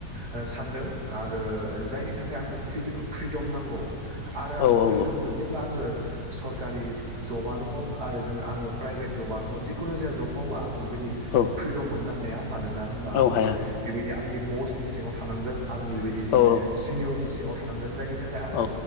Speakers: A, on the right (about 65°); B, on the left (about 80°).
A: ओ सानदों आरो जायनि थाखाय आंनो फ्रि-फ्रिदम नांगौ आरो
B: औ
A: आङो फ्रिदमखौ
B: औ
A: जेब्ला आङो सरकारि जबानो हक आरो जोङो आङो प्राइभेट जबानो हग जिखुनु जाया जब मावबा आङो बेबाय दि
B: औ
A: फ्रिदम मोननो हाया मानोना होमबा
B: औ
A: आङो
B: हाया
A: बेबायदि आंनि बसनि सिङाव थानांगोन आंनि बेबायदि
B: औ
A: सिनियरनि सिङाव थानांगोन जायनि थाखाय आङो
B: औ